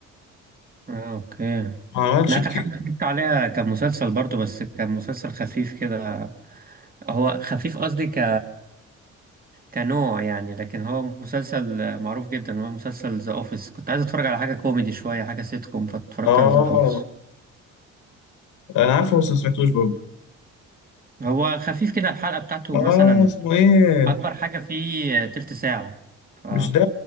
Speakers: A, on the right (about 30°); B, on the left (about 85°).
A: آه اوكي
B: ما عملش
A: انا اخر
B: كتير
A: حاجة اتفرجت عليها كان مسلسل برضو بس كان مسلسل خفيف كده هو خفيف قصدي ك كنوع يعني لكن هو مسلسل معروف جدا هو مسلسل ذا اوفيس كنت عايز اتفرج على حاجة كوميدي شوية حاجة سيت كوم فاتفرجت
B: اه
A: على ذا اوفيس
B: انا عارفه بس ما سمعتوش برضه
A: هو خفيف كده الحلقة بتاعته
B: اه
A: مثلا
B: اسمه ايه
A: اكبر حاجه فيه تلت ساعه ف...
B: مش ده